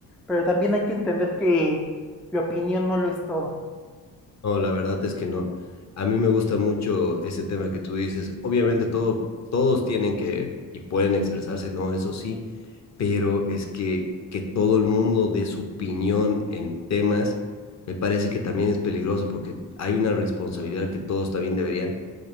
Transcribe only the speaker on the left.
No, la verdad es que no. A mí me gusta mucho ese tema que tú dices. Obviamente todo, todos tienen que y pueden expresarse, ¿no? Eso sí, pero es que, que todo el mundo dé su opinión en temas, me parece que también es peligroso porque hay una responsabilidad que todos también deberían